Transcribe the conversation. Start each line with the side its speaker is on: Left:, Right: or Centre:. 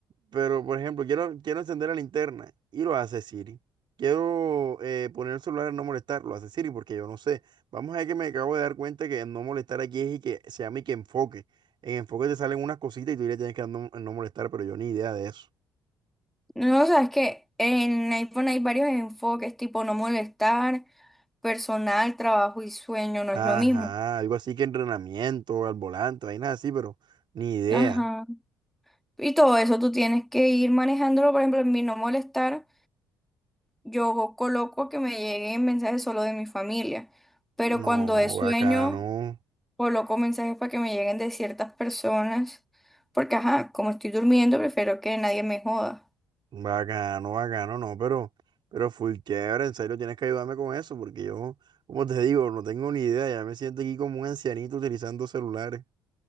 Right: pero, por ejemplo, quiero, quiero encender la linterna y lo hace Siri. Quiero eh, poner el celular en no molestar, lo hace Siri porque yo no sé. Vamos a ver que me acabo de dar cuenta que en no molestar aquí es y que se llama y que enfoque. En enfoque te salen unas cositas y tú le tienes que dar no, en no molestar, pero yo ni idea de eso.
Centre: No, o sea, es que en iPhone hay varios enfoques, tipo no molestar, personal, trabajo y sueño, no
Right: Ajá,
Centre: es lo mismo.
Right: algo así que entrenamiento al volante, vainas así, pero ni idea.
Centre: Ajá. Y todo eso tú tienes que ir manejándolo, por ejemplo, en mi no molestar, yo coloco que me lleguen mensajes solo de mi familia, pero
Right: No,
Centre: cuando es sueño...
Right: bacano,
Centre: coloco mensajes para que me lleguen de ciertas personas, porque ajá, como estoy durmiendo, prefiero que nadie me joda.
Right: bacano, bacano, no, pero, pero full chévere, en serio tienes que ayudarme con eso, porque yo, como te digo, no tengo ni idea, ya me siento aquí como un ancianito utilizando celulares.